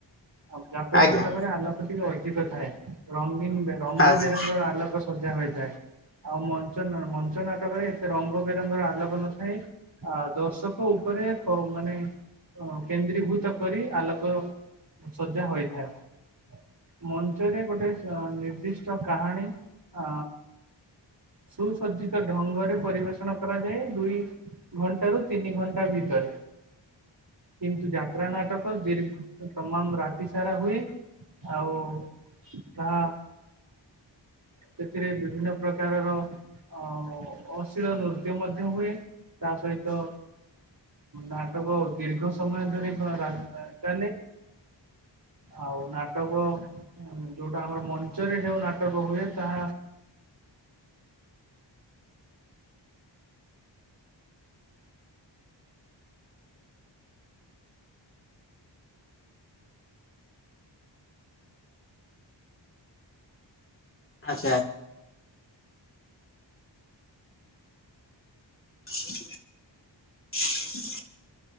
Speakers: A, on the right; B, on the left.
A: ଆଉ ଯାତ୍ରା
B: ଆଜ୍ଞା
A: ନାଟକରେ ଆଲୋକଟି କଥାଏ। ରଙ୍ଗୀନ ରଙ୍ଗ
B: ଆଚ୍ଛା
A: ବେରଙ୍ଗର ଆଲୋକ ସଜା ହୋଇଥାଏ। ଆଉ ମଞ୍ଚ ମଞ୍ଚ ନାଟକରେ ଏତେ ରଙ୍ଗ ବେରଙ୍ଗର ଆଲୋକ ନଥାଏ ଆ ଦର୍ଶକ ଉପରେ ମାନେ କେନ୍ଦ୍ରୀଭୂତ କରି ଆଲୋକ ସଜା ହୋଇଥାଏ ମଞ୍ଚରେ ଗୋଟେ ନିର୍ଦ୍ଦିଷ୍ଟ କାହାଣୀ ଆ ସୁସଜ୍ଜିତ ଢଙ୍ଗରେ ପରିବେଷଣ କରାଯାଏ ଦୁଇ ଘଣ୍ଟ ରୁ ତିନି ଘଣ୍ଟା ଭିତରେ କିନ୍ତୁ ଯାତ୍ରା ନାଟକ ଦୀର୍ଘ ସମାନ ରାତି ସାରା ହୁଏ ଆଉ ତାହା ସେଥିରେ ବିଭିନ୍ନ ପ୍ରକାରର ଅ ଅଶୀଳ ନୃତ୍ୟ ମଧ୍ୟ ହୁଏ ତା ସହିତ ନାଟକ ଦୀର୍ଘ ସମୟ ଧରି ରା ଚାଲେ। ଆଉ ନାଟକ ଉ ଯୋଉଟା ଆମର ମଞ୍ଚରେ ଯୋଉ ନାଟକ ହୁଏ ତାହା
B: ଆଛା। <inaudible>